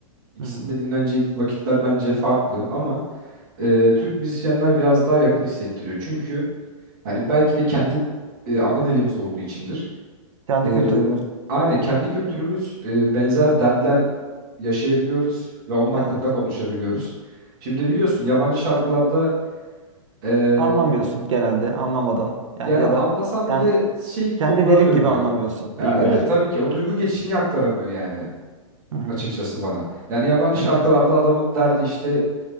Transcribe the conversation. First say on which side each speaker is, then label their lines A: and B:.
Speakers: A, on the right (about 35°); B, on the right (about 60°).
A: İkisinin
B: Hı hı.
A: de dinlenecek vakitler bence farklı ama e, Türk müzisyenler biraz daha yakın hissettiriyor. Çünkü hani belki de kendi e, ana dilimiz olduğu içindir.
B: Kendi
A: E,
B: kültürümüz.
A: aynı kendi kültürümüz e, benzer dertler yaşayabiliyoruz ve onun hakkında
B: Evet.
A: konuşabiliyoruz. Şimdi biliyorsun yabancı şarkılarda e,
B: Anlamıyorsun genelde anlamadan. Yani
A: yani
B: ya da
A: anlasan
B: yani
A: bile şey konulara
B: kendi dilin
A: dönüyor.
B: gibi anlamıyorsun
A: Ya
B: diyeyim
A: evet
B: yani.
A: tabii ki o duygu geçişini aktaramıyor yani.
B: Hı hı.
A: açıkçası bana. Yani yabancı
B: Evet.
A: şarkılarda adamın derdi işte